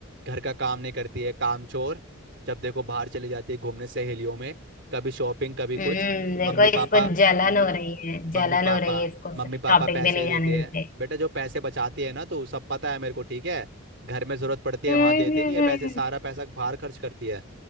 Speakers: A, on the right; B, on the left.
A: घर का काम नहीं करती है काम चोर जब देखो बाहर चली जाती है घूमने सहेलियों में कभी शॉपिंग कभी कुछ
B: हम्म देखो
A: Mummy papa
B: इसको जलन हो रही है जलन
A: mummy papa
B: हो रही है इसको
A: mummy
B: शॉपिंग
A: papa पैसे
B: पे नहीं
A: देते
B: जाने
A: हैं
B: देते
A: बेटा जो पैसे बचाती है ना तो सब पता है मेरे को ठीक है घर में जरूरत पड़ती है
B: हम्म
A: वहां देते
B: हम्म,
A: नहीं है
B: हम्म।
A: पैसे सारा पैसा बाहर खर्च करती है